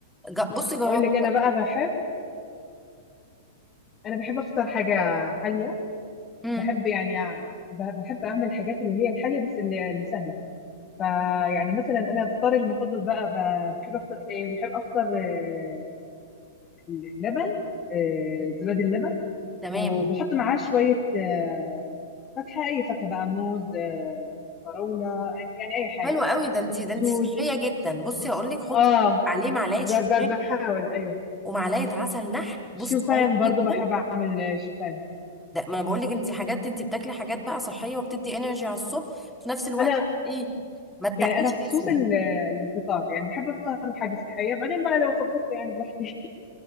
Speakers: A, in the centre; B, on the left (about 30°).
A: جا- بصي جاوبيها
B: اقول لك انا بقى بحب انا بحب افطر حاجه حاليه
A: امم
B: بحب يعني ع- ب- بحب اعمل الحاجات اللي هي الحاليه بس اللي اللي سهله فيعني مثلا انا افطاري المفضل بقى ب- بحب افطر ايه بحب افطر آه، اللبن آه، زبادي اللبن
A: تمام
B: وبحط معاه شويه آه، فاكهه اي فاكهه بقى موز آه، فراوله أي- يعني اي حاجه
A: حلو قوي ده انت ده انت
B: توت
A: صحيه جدا بصي هقول لك حطي
B: اه
A: عليه معلقه
B: ب-
A: شوفان
B: ب- بحاول ايوه
A: ومعلقه عسل نحل بصي
B: شوفان
A: رهيب جدا
B: برضو بحب اعمل آه، شوفان
A: ده ما انا بقول لك انت حاجات انت بتاكلي حاجات بقى صحيه وبتدي انرجي على الصبح في نفس الوقت
B: انا
A: ايه ما تتقلش
B: يعني انا في خصوص
A: جسمك
B: ال- الفطار يعني بحب افطر حاجه صحيه بعدين بقى لو خبصت يعني براحتي